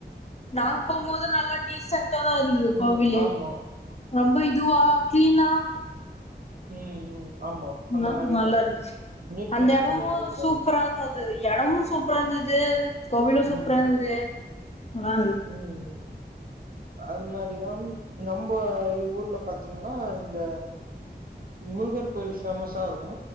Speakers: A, on the left; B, on the right.
A: நாங்க போம்போது நல்லா டீசன்ட்டாதா இருந்துது
B: ம்
A: கோவிலே
B: ஆமா
A: ரொம்ப இதுவா க்ளீனா
B: ம் ம் ஆமா அந்த
A: ல
B: மாரிதா
A: நல்லா இருந்துச்சு
B: நீட்னஸ்
A: அந்த எடமு
B: பண்ணிட்டு இருக்கறாங்க
A: சூப்பரா இருந்தது எடமு சூப் ப்ரா இருந்துது கோவிலு சூப்பராந்துது
B: ம்
A: நல்லாந்
B: ம் அது மாரிதாம் நம்ப இ ஊர்ல பாத்தீங்கன்னா இந்த முருகர் கோயில் ஃபேமஸா இருக்கு